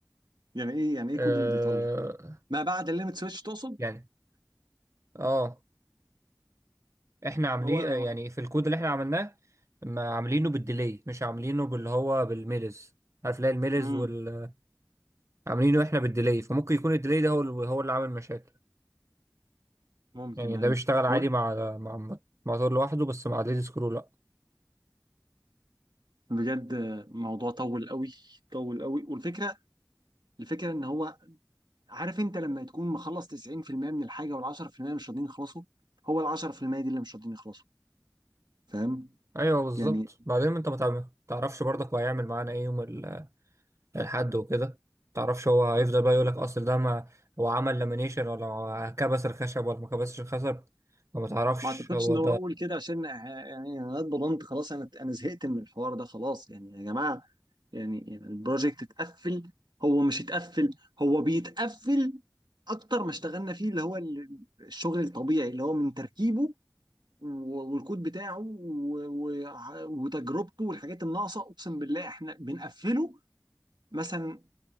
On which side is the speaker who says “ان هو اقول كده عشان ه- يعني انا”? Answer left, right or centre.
Right